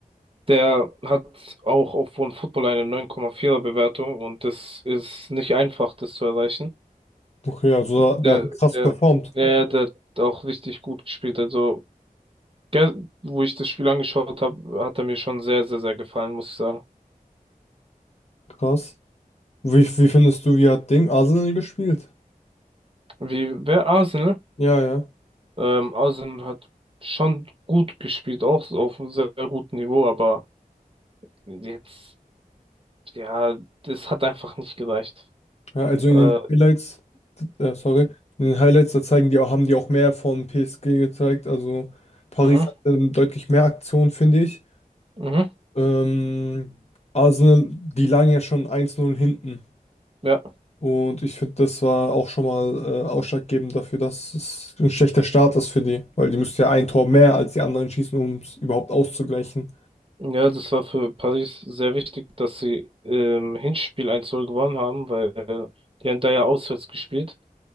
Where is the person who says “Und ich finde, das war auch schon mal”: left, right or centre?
Left